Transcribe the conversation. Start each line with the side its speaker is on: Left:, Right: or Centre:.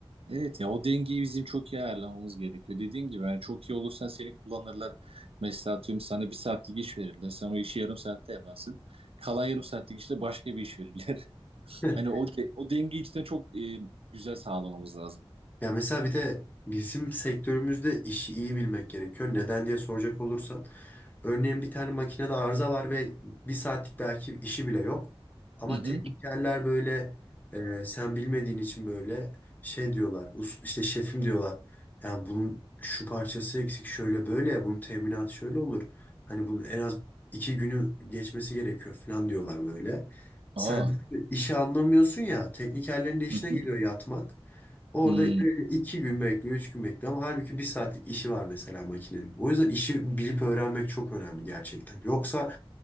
Right: Evet ya o dengeyi bizim çok iyi ayarlamamız gerekiyor. Dediğin gibi yani çok iyi olursan seni kullanırlar. Mesela tüm sana bir saatlik iş verirler. Sen o işi yarım saatte yaparsın. Kalan yarım saatlik işte başka bir iş verirler. <laughs>
Left: Heh.
Right: Hani o de- o dengeyi içten çok e, güzel sağlamamız lazım.
Left: Ya mesela bir de bizim sektörümüzde işi iyi bilmek gerekiyor. Neden diye soracak olursan Örneğin bir tane makinede arıza var ve bir saatlik belki işi bile yok. Ama
Right: Hı hı.
Left: teknikerler böyle e, sen bilmediğin için böyle şey diyorlar. us- işte şefim diyorlar. Yani bunun şu parçası eksik şöyle böyle bunun teminatı şöyle olur. Hani bunun en az iki günü geçmesi gerekiyor falan diyorlar böyle.
Right: Aa.
Left: Sen işi anlamıyorsun ya teknikerlerin de işine
Right: Hı hı.
Left: geliyor yatmak. Orada
Right: Hmm.
Left: İki gün bekliyor, üç gün bekliyor ama halbuki bir saatlik işi var mesela makinenin. O yüzden işi bilip öğrenmek çok önemli gerçekten. Yoksa